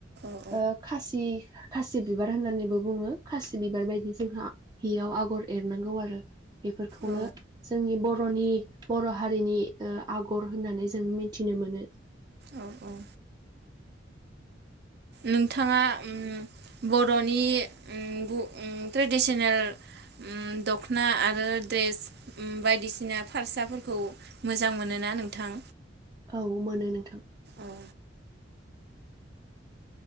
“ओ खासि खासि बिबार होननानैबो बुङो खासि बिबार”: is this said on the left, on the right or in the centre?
Right